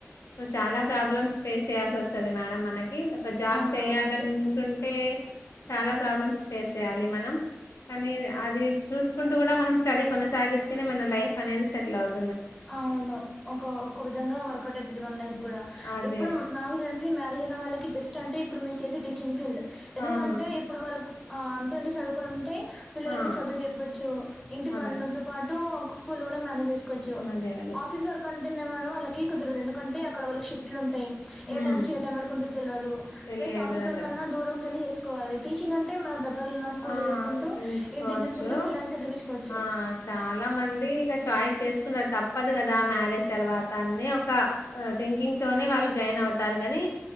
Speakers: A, on the left; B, in the centre.
A: సో చాలా ప్రాబ్లమ్స్ ఫేస్ చేయాల్సి వస్తది మేడం మన ఏ ఒక జాబ్
B: అవునవునండి
A: చేయాలనుకుంటే చాలా ప్రాబ్లమ్ ఫేస్ చేయాలి మనం కానీ అది చూసుకుంటూ కూడా మనం స్టడీ కొనసాగిస్తేనే మన లైఫ్ అనేది సెటిల్ అవుతు
B: అవును ఒక ఒక విధంగా వర్కౌట్ అవుతుది మన లైఫ్ కూడా
A: అదే
B: ఎప్పుడు నాకు తెలిసి మే పెళ్లయిన వాళ్ళకి బెస్ట్ అంటే ఇప్పుడు మీరు చేసే టీచింగ్ ఫీల్డ్ ఎందుకంటే
A: అవును
B: ఇప్పుడు వాళ్ళు ఆ అంతంత చదువుకుని ఉంటే పిల్లలకి
A: ఆ
B: చదువు చెప్పొచ్చు ఇంటి
A: అదే
B: పనులతో పాటు స్కూల్లో కూడా మ పని చేసుకోవచ్చు
A: అదే అదే
B: ఆఫీస్ వర్కు అం <unintelligible> వాళ్ళకి కుదరదు ఎందుకంటే అక్కడ వాళ్లకి షిఫ్టులు ఉంటాయి ఏ
A: హ్మ్.
B: టైమ్ నుంచి ఏ టైం వరకుంటదొ తెలవదు
A: తెలియదు
B: ప్లస్ ఆఫీస్ వర్క్ అన్నా దూరం కెళ్లి చేసు కోవాలి టీచింగ్ అంటే మనం దగ్గరలో ఉన్న స్కూల్‌లో
A: ఆ
B: జేసుకుంటూ,
A: చేసుకోవచ్చు
B: ఇంటిని జూసుకుంటూ పిల్లల్ని చదివించుకోవచ్చు.
A: ఆ చాలా మంది ఇక చాయి చేసుకుంట తప్పదు కదా మ్యారేజ్ తర్వాత అన్ని ఒక థింకింగ్ తోనే వాళ్ళు జాయిన్ అవుతారు కని